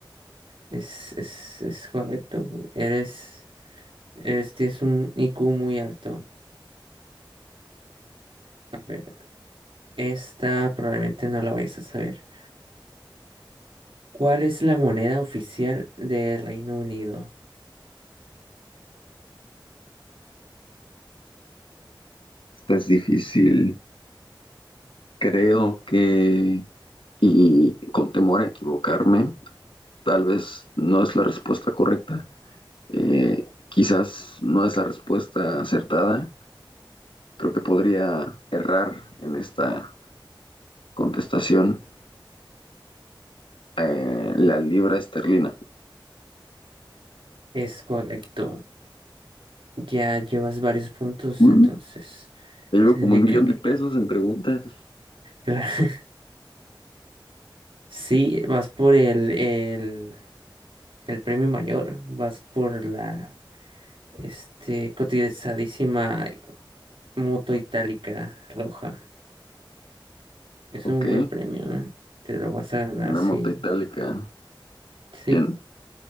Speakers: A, on the right; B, on the left.
A: Es, es, es correcto. Eres, eres, tienes un IQ muy alto. A ver, esta probablemente no la vayas a saber. ¿Cuál es la moneda oficial del Reino Unido?
B: Esta es difícil. Creo que, y con temor a equivocarme, tal vez no es la respuesta correcta. Eh, quizás no es la respuesta acertada creo que podría errar en esta contestación eh, la libra esterlina.
A: Es correcto. Ya llevas varios puntos,
B: Uh,
A: entonces
B: llevo
A: significa
B: como un millón
A: que
B: de pesos en preguntas.
A: <laughs> sí, vas por el, el, el premio mayor, vas por la Este, cotizadísima moto itálica roja. Es
B: Ok,
A: un buen premio, ¿eh? Te lo vas a ganar,
B: una
A: sí.
B: moto itálica.
A: Sí.
B: Bien.